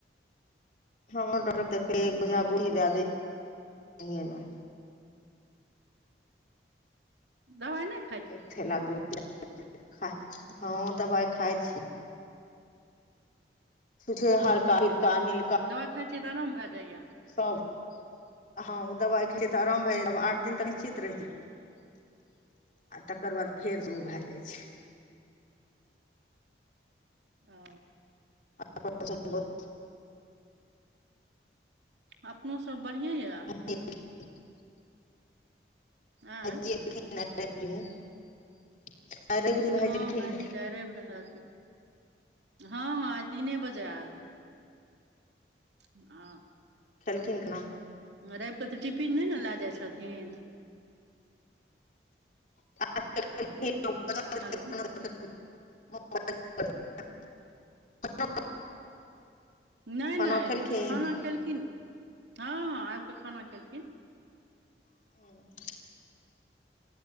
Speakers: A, on the left; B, on the right.
A: हँ डॉक्टर देख <unintelligible> फेर एक बोझा गोली दै दय <unintelligible> मे
B: दवाइ नै
A: एक थैला गो <unintelligible> हँ दबाइ खाइ छीयै जे हरका पिरका नील
B: दवाइ खाइ छियै तऽ आराम भै जाइय
A: सभ <inaudible> हँ दबाइ खाइ छीयै तऽ आराम भै जाइ य आठ दिन तक निश्चित रहय छीयै। <inaudible> आ तकर बाद फेर स ओ उ भै जाइ छै।
B: अ
A: <unintelligible>
B: अपनो सब बढ़ियाँ यऽ
A: <unintelligible>
B: आँय
A: <unintelligible> रवि भाय
B: हँ
A: गेलखिन
B: भाईजी तऽ रैब रहत हऽ हऽ तीने बजे आल <unintelligible>
A: खेलकीन खना
B: रैब कऽ तऽ टिपिन नै न लए जाय छथिन।
A: <unintelligible>
B: हेलो
A: <unintelligible>
B: नै
A: खाना
B: नै
A: खेलखिन
B: खाना खेलखिन हँ हँ आइबक खाना खेलखिन
A: <unintelligible>